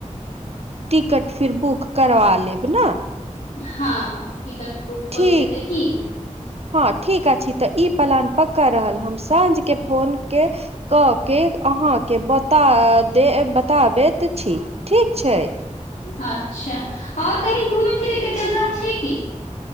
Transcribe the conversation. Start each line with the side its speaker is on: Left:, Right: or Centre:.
Right: टिकट फिर बुक करवा लेब न।
Left: हाँ हाँ। टिकट बुक हो
Right: ठीक
Left: जेतै की।
Right: हँ ठीक अछि तऽ ई प्लान पक्का रहल हम साँझ के फोन के क के अहाँ के बता दे बताबैत छी ठीक छै।
Left: अच्छा आओर कही घुमय फिरैके जगह छै की।